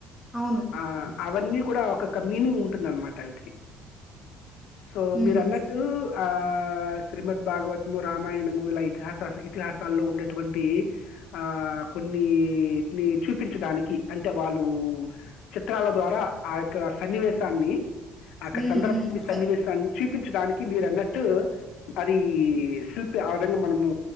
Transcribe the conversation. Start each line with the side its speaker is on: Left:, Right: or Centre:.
Centre: అవును
Left: ఆ అవన్నీ కూడా ఒకోక్క మీనింగ్ ఉంటుందన్నమాట అవీటికి సో మీరన్నట్టు
Centre: ఉమ్
Left: ఆ శ్రీమద్ భాగవత్ ము రామాయణము ఇలా ఇతిహాస ఇతిహాసాల్లో ఉండేటువంటి ఆ కొన్ని చూపించడానికి అంటే వాళ్ళు చిత్రాల ద్వారా ఆ యొక్క సన్నివేశాన్ని ఆక్
Centre: ఉమ్
Left: సందర్భాన్ని
Centre: ఉమ్
Left: సన్నివేశాన్ని
Centre: క
Left: చుపించడానికి మీరు అన్నట్టు అది శిల్పి ఆ విధంగా మనము